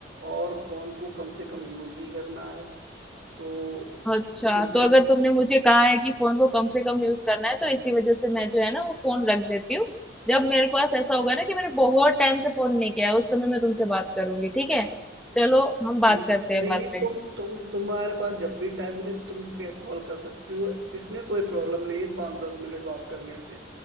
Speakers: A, on the right; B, in the centre.
A: और फोन को कम से कम यूज भी करना है तो
B: मैं अच्छा
A: ठीक है
B: तो अगर तुमने मुझे कहा है कि फोन को कम से कम यूज करना है तो इसी वजह से मैं जो है ना वो फोन रख देती हूँ जब मेरे पास ऐसा होगा ना कि मैंने बहुत टाइम से फोन नहीं किया है उस समय मैं तुमसे बात करूंगी ठीक है चलो हम बात
A: ठीक
B: करते
A: है
B: हैं
A: नहीं
B: बाद
A: नहीं तुम
B: में
A: तुम तुम्हारे पास जब भी टाइम मिले तुम कॉल कर सकती हो इसमें कोई प्रॉब्लम नहीं है पाँच दस मिनट बात करने से